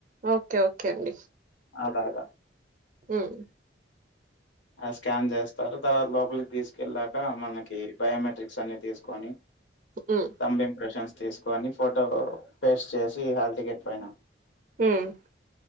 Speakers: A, on the right (about 40°); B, on the left (about 80°).
A: ఓకే ఓకే అండి
B: అలాగ
A: ఉమ్
B: ఆ స్కాన్ చేస్తారు తర్వాత లోపలికి తీసుకెళ్ళాక మనకి బయమెట్రిక్స్ అన్ని తీసుకొని
A: హ్మ్
B: తంబ్ ఇంప్రెషన్స్ తీసుకొని ఫోటో పేస్ట్ చేసి హల్ టికెట్ పైన
A: ఉమ్